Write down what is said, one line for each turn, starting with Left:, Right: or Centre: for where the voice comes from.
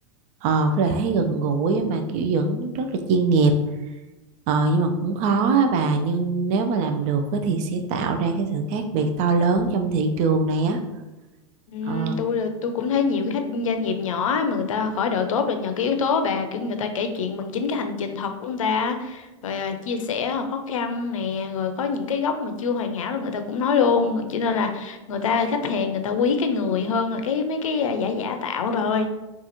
Right: ờ với lại thấy gần gũi á, mà kiểu vẫn rất là chuyên nghiệp ờ nhưng mà cũng khó á bà nhưng nếu mà làm được á, thì sẽ tạo ra cái sự khác biệt to lớn trong thị trường này á
Left: Ừm,
Right: ờ
Left: tôi là tôi cũng thấy nhiều cái doanh nghiệp nhỏ mà người ta khởi đầu tốt là nhờ cái yếu tố bà kiểu người ta kể chuyện bằng chính cái hành trình thật của người ta rồi à, chia sẻ khó khăn nè rồi có những cái góc mà chưa hoàn hảo là người ta cũng nói luôn cho nên là người ta khách hàng người ta quý cái người hơn là cái mấy cái à, giả giả tạo á bà ơi